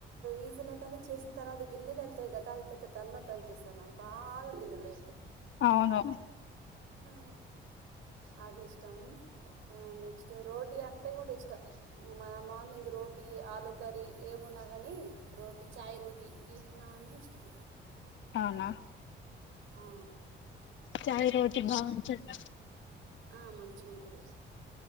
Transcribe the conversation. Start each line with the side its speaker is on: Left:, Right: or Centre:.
Right: ఈజనే కానీ చేసిన తర్వాత గిన్నెలు వెళ్తాయి కదా అది పెద్ద తలనొప్పి పస్తాల బాగా గినేలు
Left: అవును
Right: ఆ అది ఇష్టం నెక్స్ట్ రోటీ అంటే కూడా ఇష్టం మా మార్నింగ్ రోటీ ఆలు కర్రీ ఏమున్నా కాని రోటీ చాయ్ రోటీ ఈ నన్న ఇష్టం
Left: అవునా
Right: ఆ
Left: చాయ రోటీ బాగుంటదా
Right: ఆ మంచి ఉంటది